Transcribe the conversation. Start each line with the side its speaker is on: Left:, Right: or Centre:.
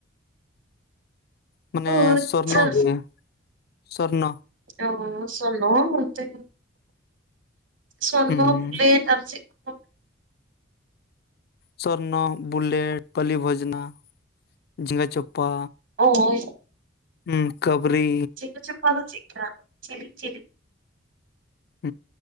Left: ᱢᱟᱱᱮ
Right: ᱚ ᱟᱪᱪᱷᱟ
Left: ᱥᱚᱨᱱ ᱜᱮ ᱥᱚᱨᱱ
Right: ᱟᱵᱚ ᱦᱚᱸ ᱥᱚᱨᱱᱚ ᱚᱱᱛᱮ ᱥᱚᱨᱱᱚ
Left: ᱦᱩᱸ
Right: ᱠᱚ ᱞᱟ. ᱭᱮᱫ ᱟᱨ ᱪᱮᱫ? ᱠᱚ
Left: ᱥᱚᱨᱱᱚ, ᱵᱩᱞᱮᱴ, ᱵᱩᱞᱮᱰ, ᱯᱟᱵᱷᱚᱡᱽᱱᱟ ᱡᱷᱤᱸᱜᱟᱹ ᱪᱚᱯᱟ
Right: ᱦᱚᱭᱻᱻ
Left: ᱦᱩᱸ ᱠᱟᱹᱵᱨᱤ
Right: ᱪᱮᱫ ᱠᱚ ᱪᱚᱝ ᱟᱫᱚ ᱪᱮᱜ ᱞᱮᱠᱟ ᱟᱨ ᱪᱮᱜ ᱪᱮ?
Left: ᱦ